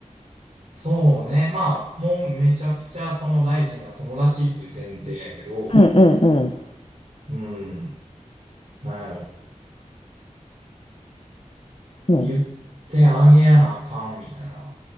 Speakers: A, on the right (about 80°); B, on the left (about 45°).
A: そうね。まあ、もうめちゃくちゃその大事な友達っていう前提やけど、
B: うんうんうん
A: うん。なんやろ、
B: うん。
A: 言ってあげやなあかんみたいな